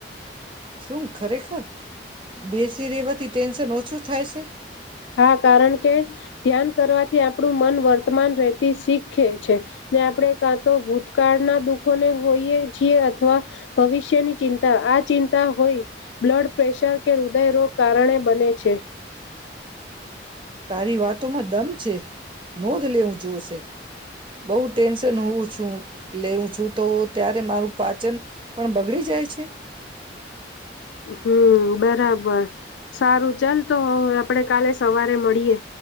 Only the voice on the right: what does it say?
શું ખરેખર બેસી રેવાથી ટેન્શન ઓછું થાય છે.
તારી વાતોમાં દમ છે નોંધ લેવું જોવું છે. બઉુ ટેન્શન હોવું છ. <inaudible> એટલે હું છું તો ત્યારે મારું પાચન પણ બગડી જાય છે.